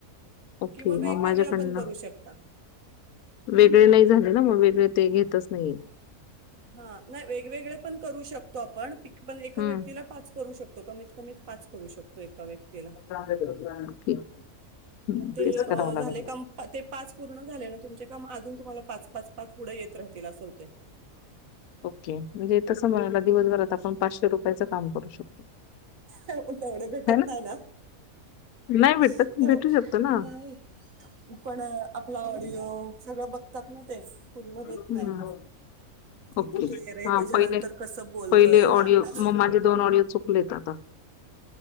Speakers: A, on the left; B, on the right.
A: ओके.
B: किंवा वेगवेगळ्या
A: म माझ्याकडन.
B: पण करू शकता
A: वेगळे नाही झाले ना. मग वेगळे ते घेतच नाही.
B: हा. नाही.. वेगवेगळे पण करू शकतो. आपण पण आपण एका
A: हम्म.
B: व्यक्तीला पाच करू शकतो. कमीत कमीत पाच करू शकतो. एका व्यक्तीला.
A: ओके. हम्म
B: म ते
A: तेच करावं लागेल.
B: झाले का.. ते पाच पूर्ण झाले ना तुमचे? का म अजून तुम्हाला पाच पाच पाच पुढ येत राहतील अस होतय.
A: ओके. म्हणजे तस म्हणायला. दिवसभरात आपण पाचशे रुपयाच काम करू शकतो.
B: तेवढे भेटत
A: हे ना.
B: नाही
A: नाही भेटत
B: तेव- नाही.
A: शकतो ना.
B: पण आपला ऑडिओ सगळं बघतात ना ते. पूर्ण
A: हं.
B: देत नाही.
A: ओके..
B: किती क्लिअर आहे
A: हा
B: त्याच्यानंतर
A: पहिले
B: कसं बोललोय
A: पहिले
B: हा
A: ऑडिओ.
B: का-
A: म माझे दोन ऑडिओ चुकले. काका.